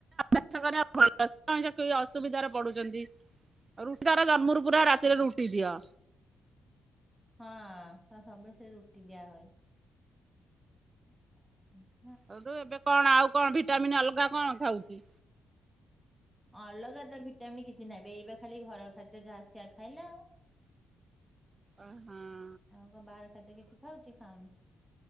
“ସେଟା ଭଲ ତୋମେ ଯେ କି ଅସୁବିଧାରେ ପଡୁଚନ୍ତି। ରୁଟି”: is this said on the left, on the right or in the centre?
Right